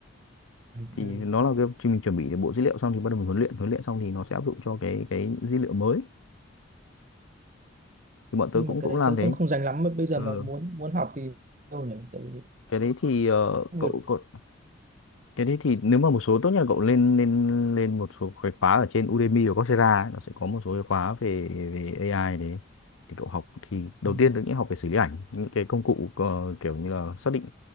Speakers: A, on the right; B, on the left.
A: ừ,
B: thì
A: ừ.
B: nó là cái khi mình chuẩn bị được bộ dữ liệu xong thì bắt đầu mình huấn luyện huấn luyện xong thì nó sẽ áp dụng cho cái cái dữ liệu mới thì bọn
A: nhưng
B: tớ cũng
A: mà cái
B: cũng
A: đấy
B: làm
A: tớ
B: thế
A: không không dành lắm bây giờ
B: ừ.
A: mà muốn muốn học thì đâu nhỉ tại vì
B: cái đấy thì ờ,
A: một
B: cậu, cậu cái đấy thì nếu mà một số tốt nhất là cậu lên lên lên một số cái khóa ở trên Udemy hoặc Coursera ấy, nó sẽ có một số cái khóa về về AI đấy thì cậu học thì đầu
A: ừ,
B: tiên tôi nghĩ học về xử lý ảnh những cái công cụ ờ, kiểu như là xác định